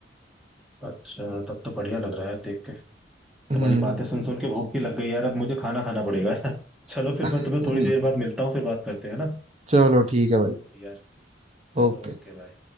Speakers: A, in the centre; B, on the right.
A: अच्छा तब तो बढ़िया लग रहा है देख के
B: हम्म
A: तुम्हारी बातें सुन सुन के भूख भी लग गई यार अब मुझे खाना खाना पड़ेगा <laughs> चलो फिर
B: <laughs>
A: मैं तुम्हें थोड़ी देर बाद मिलता हूँ फिर बात करते हैं ना
B: चलो ठीक है भाई
A: यार चलो
B: ओके
A: ओके बाय